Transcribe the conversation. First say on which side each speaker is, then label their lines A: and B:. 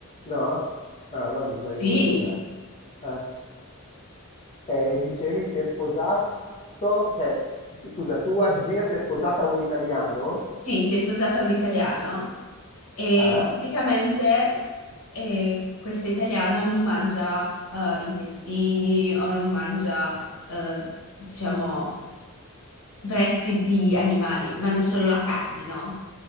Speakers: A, on the left; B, on the left.
A: No? Ah, no, mi sbaglio
B: Sì,
A: io, dai. Eh, eh, e dicevi si è sposato, cioè, scusa, tua zia si è sposata a un italiano?
B: sì, si è sposata un italiano e
A: Eh?
B: praticamente eh, questo italiano non mangia eh, intestini o non mangia, eh, diciamo, resti di animali, mangia solo la carne, no?